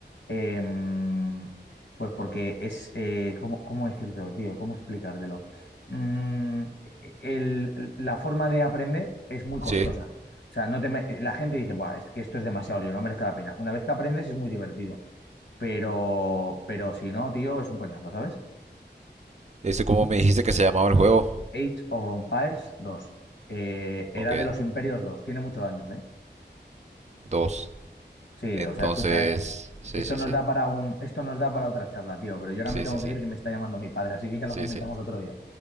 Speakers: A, on the left; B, on the right.
A: em, pues porque es, eh, ¿cómo, cómo decírtelo, tío? ¿Cómo explicártelo? Mm, el- la forma de aprender es muy costosa.
B: Sí.
A: O sea, no te me- la gente dice, Buah, es que esto es demasiado lío, no merece la pena. Una vez que aprendes es muy divertido, pero, pero si no, tío, es un coñazo, ¿sabes?
B: Este, ¿cómo me dijiste que se llamaba el juego?
A: Age of Empires 2, eh,
B: Ok.
A: Edad de los Imperios dos, tiene muchos años, ¿eh?
B: Dos.
A: Sí,
B: Entonces,
A: o sea, escucha, es-
B: sí,
A: esto
B: sí,
A: nos
B: sí.
A: da para un, esto nos da para otra charla, tío, pero yo ahora
B: Sí,
A: me tengo
B: sí, sí.
A: que ir que me está llamando mi padre, así que ya
B: Sí,
A: lo comentamos
B: sí.
A: otro día.